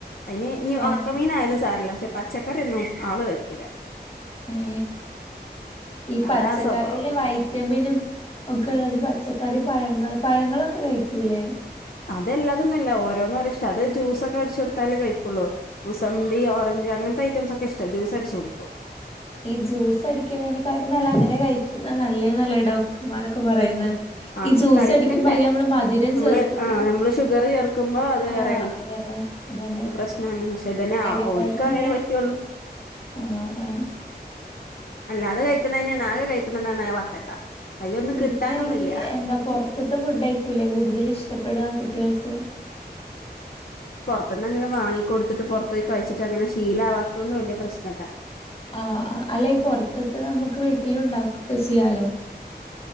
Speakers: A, on the left (about 60°); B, on the left (about 35°).
A: അതിന്
B: ആഹ്
A: ഉണക്കമീനായാലും സാരല്ലേ പക്ഷെ പച്ചക്കറൊന്നും ആള് വെക്കൂല
B: ഏ ഈ പച്ചക്കറിയിലെ
A: അതാ സ്വഭാവം
B: വൈറ്റമിനും ഒക്കെ ഉള്ളത് പച്ചക്കറി പഴങ്ങൾ പഴങ്ങളൊക്കെ കഴിക്കൂലേ
A: അതെല്ലാതൊന്നുല്ല ഓരോന്നോരോ ഇഷ്ട അത് ജ്യൂസൊക്കെ അടിച്ചു കൊടുത്താലേ കഴിക്കുള്ളൂ മുസമ്പി ഓറഞ്ച് അങ്ങനത്തെ ഐറ്റംസ് ഒക്കെ ഇഷ്ടമാണ് ജ്യൂസ് അടിച്ചു കൊടിക്കും
B: ഈ ജ്യൂസ് അടിക്കുന്നതിനെക്കാട്ടും നല്ല അങ്ങനെ കഴിക്കുന്നത് നല്ല നല്ല ഡോക്ടർമാരൊക്കെ പറയുന്ന
A: ആഹ്
B: ഈ
A: ഇനി
B: ജ്യൂസ്
A: കഴിക്കണ്ടേ
B: അടിക്കുമ്പോ അതിൽ നമ്മള് മധുരം
A: നമ്മള്
B: ചേർത്തിട്ട്
A: ആഹ് നമ്മള് ഷുഗർ ചേർക്കുമ്പോ അത്
B: ആഹ
A: വേറെയാണ്
B: അതന്നെ അതന്നെ
A: പ്രശ്നാണ് പക്ഷെ ഇതന്നെ
B: അതിനൊക്കായിട്ടന്നല്ലേ
A: ഓൻക്ക് അങ്ങനെ പറ്റുള്ളൂ
B: ആ ആ
A: അല്ല അത് കഴിക്കണ തന്നെയാണ് ആകെ കഴിക്കണതാണ് വത്തക്ക കയ്യൊന്നും
B: പിന്നെ
A: കിട്ടാനൊന്നുംല്ല
B: ഈ എന്താ പുറത്തത്തെ ഫുഡ് അയിക്കൂലേ കൂടുതലും ഇഷ്ടപ്പെടുക കുട്ടികൾക്ക്
A: പെട്ടന്ന് അങ്ങനെ വാിിക്ക കൊടുത്തിട്ട് പുറത്ത പോയി കഴിച്ചി്ങ്ങനെ ശീലാവാത്തത കൊണ്ട് വലിയ പ്രശ്നംല്ല
B: ആഹ അല്ല പൊറത്തത്ത് നമ്മുക്ക് വീട്ടില ഉണ്ട പസിയാലോ